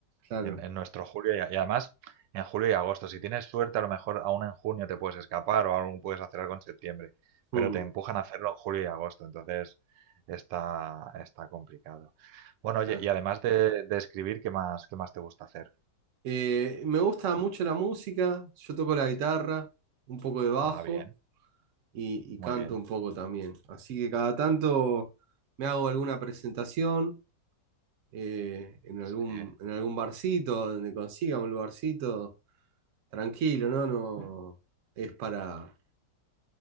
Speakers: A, on the right (about 60°); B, on the right (about 85°).
A: claro,
B: En, en nuestro julio y, y además en julio y agosto. Si tienes suerte, a lo mejor aún en junio te puedes escapar o aún puedes hacer algo en septiembre, pero
A: mm,
B: te empujan a hacerlo en julio y agosto. Entonces está, está complicado. Bueno,
A: claro.
B: oye, y además de, de escribir, ¿qué más, qué más te gusta hacer?
A: Eh, me gusta mucho la música, yo toco la guitarra, un poco de bajo.
B: Ah, bien,
A: y, y
B: muy
A: canto
B: bien.
A: un poco también. Así que cada tanto me hago alguna presentación eh, en algún,
B: Sí.
A: en algún barcito, donde consiga un lugarcito tranquilo, ¿no? No es para,